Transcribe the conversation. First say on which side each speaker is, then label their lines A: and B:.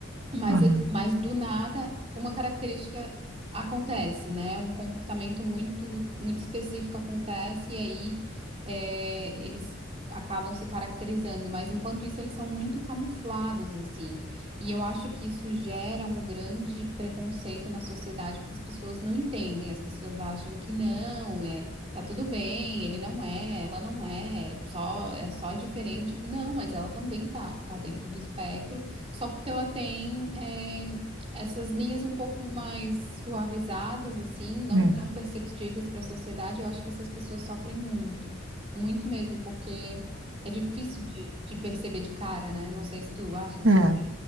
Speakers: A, on the right (about 30°); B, on the right (about 75°).
A: Mas,
B: aham.
A: es- mas do nada, uma característica acontece, né? Um comportamento muito, muito específico acontece, e aí é, eles acabam se caracterizando. Mas enquanto isso, eles são muito camuflados, assim. E eu acho que isso gera um grande preconceito na sociedade, porque as pessoas não entendem, as pessoas acham que não, é, tá tudo bem, ele não é, ela não é, só, é só diferente. Não, mas ela também tá, tá dentro do espectro. Só porque ela tem eh, essas linhas um pouco mais suavizadas, assim, não
B: É,
A: tão perceptíveis para a sociedade, eu acho que essas pessoas sofrem muito, muito mesmo, porque é difícil de, de perceber de cara, né? Não sei se tu acha isso.
B: é, é.
A: também.